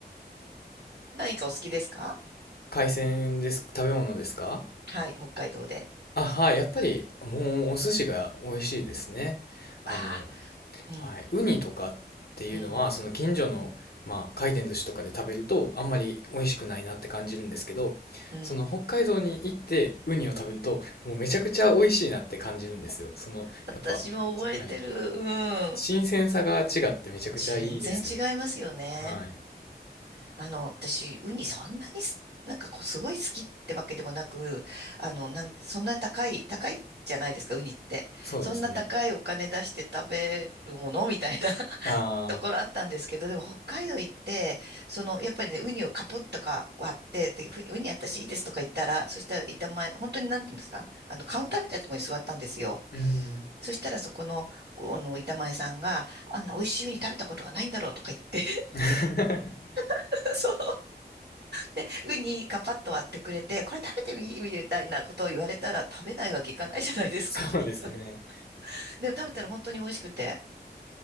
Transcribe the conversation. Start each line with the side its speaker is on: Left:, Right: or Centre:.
Right: <laughs> 何かお好きですか
Left: 海鮮です、食べ物ですか
Right: はい、北海道で。
Left: あ、はい、やっぱりもうお寿司が美味しいですね。あの、
Right: ああ。うん、
Left: はい。ウニとかっていうのは、
Right: うん、
Left: その近所の、
Right: うん、
Left: まあ、回転寿司とかで食べると、あんまり美味しくないなって感じるんですけど、
Right: うん。
Left: その北海道に行ってウニを食べると、もうめちゃくちゃ美味しいなって感じるんですよ。その、
Right: 私も覚えてる。
Left: やっぱ、はい。
Right: うん。
Left: 新鮮さが違ってめちゃくちゃいいですよ。
Right: 全然違いますよね。
Left: はい。
Right: あの、私、ウニそんなにす、なんかこう、すごい好きってわけでもなく、あの、なんて、そんな高い、高いじゃないですか、ウニって。
Left: そうですね。
Right: そんな高いお金出して食べるものみたいな <laughs>
Left: ああ、
Right: ところあったんですけど、でも北海道行って、その、やっぱりね、ウニをカポッとか割って、で、ウニ私いいですとか言ったら、そしたら板前の、本当になんていうんですか、あの、カウンターみたいなところに座ったんですよ。
Left: うん。
Right: そしたらそこの、あの、板前さんが、あんな美味しいウニ食べたことがないんだろうとか言って、
Left: <laughs>
Right: <laughs> そう。で、ウニカパッと割ってくれて、これ食べてみ、みたいなことを言われたら食べないわけいかないじゃないですか。
Left: そうですね。
Right: <laughs> それでも食べたら本当に美味しくて。